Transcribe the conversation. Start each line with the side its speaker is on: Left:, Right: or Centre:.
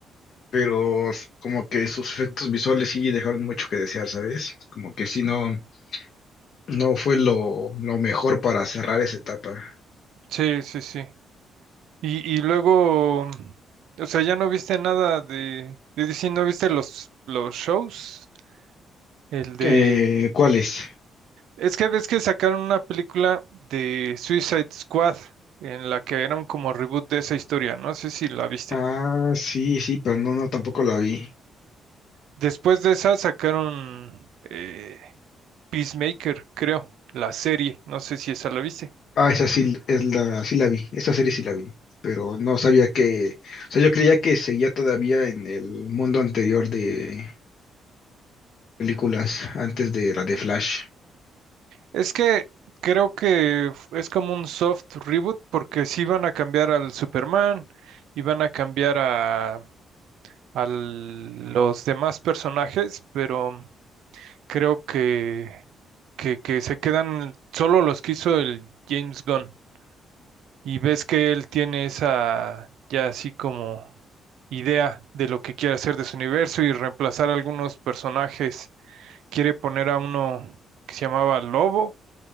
Left: pero como que sus efectos visuales sí dejaron mucho que desear, ¿sabes? Como que
Right: Sí,
Left: sí no, no fue lo, lo mejor para cerrar esa etapa.
Right: sí, sí, sí. Y, y luego, o sea, ya no viste nada de, de DC, no viste los, los shows, el de...
Left: Eh, ¿cuál es?
Right: Es que ves que sacaron una película de Suicide Squad en la que era un como reboot de esa historia, no sé si la viste.
Left: Ah, sí, sí, pero no, no, tampoco la vi.
Right: Después de esa sacaron eh, Peacemaker, creo, la serie, no sé si esa la viste.
Left: Ah, esa sí, es la, sí la vi, esa serie sí la vi, pero no sabía que, o sea, yo creía que seguía todavía en el mundo anterior de películas, antes de la de Flash.
Right: Es que creo que f- es como un soft reboot porque sí van a cambiar al Superman, y van a cambiar a a los demás personajes, pero creo que, que, que se quedan solo los que hizo el James Gunn. Y ves que él tiene esa ya así como idea de lo que quiere hacer de su universo y reemplazar algunos personajes. Quiere poner a uno que se llamaba Lobo,